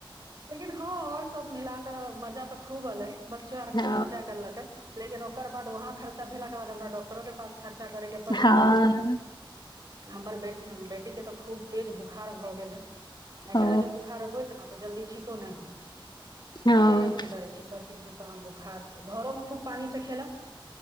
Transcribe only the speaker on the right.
लेकिन हँ आओर सब मिल क मजा तऽ खूब एले। बच्चो आर
खूब मजा करलक हे।। लेकिन ओकर बाद वहां खर्चा भेलाके बाद हमरा डक्टरो के पास खर्चा करैके पड़लै
हमर बे बेटीके तऽ खूब तेज बुखार भऽ गेलै। एकरा
जे बोखार होयत ने तऽ जल्दी ठीको नहि होइ।
इएह लेल हम डरे छी सर्दी जो काम बोखार छै घरोमे खूब पानी से खेल-